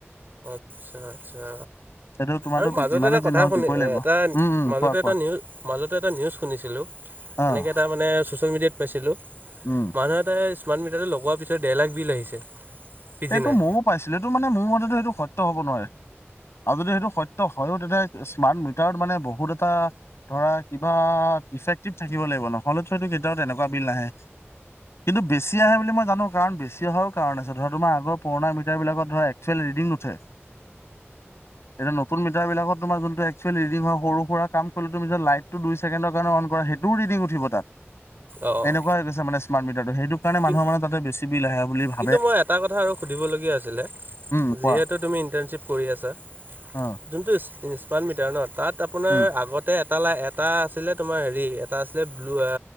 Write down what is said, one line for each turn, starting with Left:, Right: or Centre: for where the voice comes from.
Right: আচ্ছা আচ্ছা
Left: সেইটো তোমাৰতো
Right: আৰু মাজতে
Left: যিমানে
Right: এটা
Left: যি
Right: কথা
Left: নহওক
Right: শুনি
Left: দিবই লাগিব।
Right: এটা
Left: উম, উম,
Right: মাজতে
Left: কোৱা কোৱা
Right: এটা নিউজ মাজতে এটা নিউজ শুনিছিলোঁ
Left: অ',
Right: এনেকে এটা মানে ছ'চিয়েল মিডিয়াত পাইছিলোঁ
Left: উম,
Right: মানুহ এটা স্মাৰ্ট মিটাৰটো লগোৱাৰ পিছত ডেৰ লাখ বিল আহিছে পিছদিনাই
Left: এইটো ময়ো পাইছিলোটো মানে মোৰ মতেতো সেইটো সত্য হব নোৱাৰে আৰু যদি সেইটো সত্ হয়ও তেতিয়া স্মাৰ্ট মিটাৰত মানে বহুত এটা ধৰা কিবা ফেক্টিভ থাকিব লাগিব নহ'লেততটো কেতিয়াও এনেকুৱা বিল নাহে কিন্তু বেছি আহে বুলি মই জানো কাৰণ বেছি অহাও কাৰণ আছে ধৰ মাহ আগৰ পুৰণা মিটাৰবিলাকত ধৰা একচুৱেল ৰিডিং উঠে এতিয়া নতুন মিাৰ বিলাকত তোমাৰোনটো একুৱেল ৰিডং হয় সৰু সুৰা কাম কৰিলে তি লাইটটো দুই ছেকণ্ডৰ কাৰণে অন কৰা হয় সেইটো ৰিিনিং উঠিব তাত
Right: অঁ
Left: এনেকুৱা হৈ গৈ মানে স্মাৰ্ট মটাৰটো সেইটো কাৰণ
Right: কিন
Left: মানহ মানে তাতে বছ বিিল আহে বুলি ভাব
Right: কিন্তু মই এটা কথা আৰু সুধিবলগীয়া আছিলে
Left: উম কোৱা
Right: যিহেতু তুমি ইণ্টাৰ্ণশ্বিপ কৰি আছা
Left: অ
Right: যোনটো ই মিটাৰ ন তাত আপোনাৰ
Left: উম
Right: আগতে এটা ল এটা আছিলে তোমাৰ হেৰি এটা আছিলে ব্লু অ